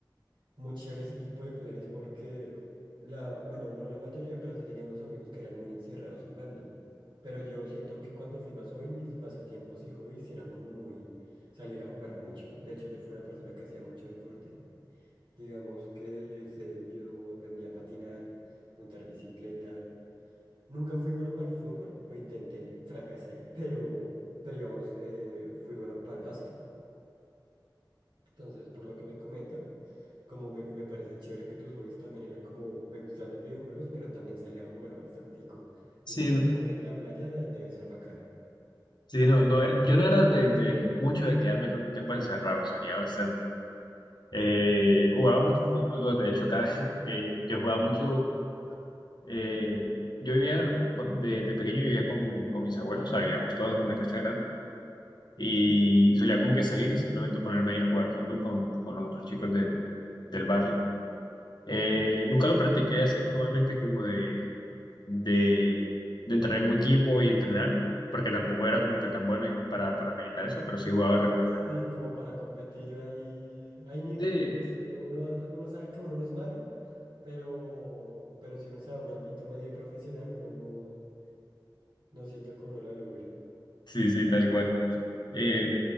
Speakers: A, on the right; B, on the left.
A: muy chévere ese tipo de planes porque la, bueno, no la mayoría, pero sí tenía unos amigos que eran muy encerrados jugando. Pero yo siento que cuando fui más joven, mis pasatiempos y hobbies eran como muy salir a jugar mucho. De hecho, yo fui una persona que hacía mucho deporte. Digamos que yo hice, yo aprendí a patinar, montar bicicleta. Nunca fui bueno para el fútbol, lo intenté, fracasé, <laughs> pero, pero digamos, eh, fui bueno para el básquet. Entonces, por lo que me comentas, como me, me parece chévere que tus hobbies también eran como, me gustaban los videojuegos, pero también salía a jugar bastantico.
B: Sí,
A: Y siento que jugar en la playa debe ser bacano.
B: sí, no, no, yo no era de, de mucho de quedarme tanto tiempo encerrado, salía bastante Eh, jugaba mucho fútbol, ¿no? de hecho, cada, <laughs> eh, yo jugaba mucho. eh, yo vivía, con- de, de pequeño vivía con, con mis abuelos, o sea, vivíamos todos en una casa grande y solía como que salir y simplemente ponerme ahí a jugar fútbol con, con los otros chicos del, del barrio. Eh, nunca lo practiqué así formalmente como de, de, de entrar en un equipo y entrenar, porque tampoco era como que tan bueno para, para militar eso, pero sí jugaba regularmente.
A: Sí, como para competir hay, hay niveles.
B: Sí,
A: Uno, uno, uno sabe que uno no es malo, pero, pero si uno sabe un ámbito medio profesional, uno no, no siento que uno la logre.
B: sí, sí, tal cual. Eh,